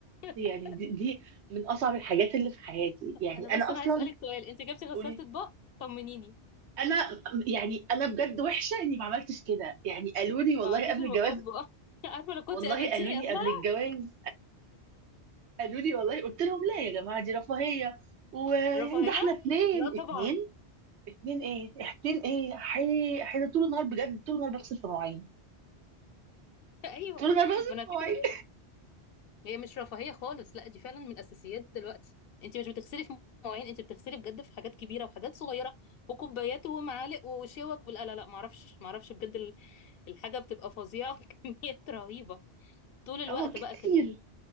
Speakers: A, on the right; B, on the left.
A: يعني
B: <laughs>
A: دي, دي من اصعب الحاجات اللي في حياتي يعني
B: انا
A: انا
B: بس انا
A: اصلا
B: عايز اسألك سؤال انت جبتي غسالة
A: قولي
B: اطباق طمنيني
A: انا يعني انا بجد وحشه اني ما عملتش كده يعني قالوا لي والله
B: ما عملتيش
A: قبل
B: المقاب
A: الجواز
B: بقى <laughs> عارفة لو كنت
A: والله
B: قابلتيني
A: قالوا لي
B: قبلها
A: قبل الجواز قالوا لي والله قلت لهم لا يا جماعه دي رفاهيه ويعني
B: رفاهية
A: ده احنا اتنين
B: لا طبعا
A: اتنين اتنين ايه اتنين ايه حي... احنا طول النهار بجد طول النهار بغسل في مواعين
B: <laughs> ايوه
A: طول النهار بغسل في
B: ما انا كده
A: مواعين
B: هي مش رفاهية خالص لا دي فعلا من الأساسيات دلوقتي انت مش بتغسلي في مواعين انت بتغسلي بجد في حاجات كبيرة وحاجات صغيرة وكوبايات ومعالق وشوك لا لا لا معرفش معرفش بجد ال- الحاجة بتبقى فظيعة <laughs> وكميات رهيبة طول الوقت
A: <laughs> اه كتير
B: بقى كمان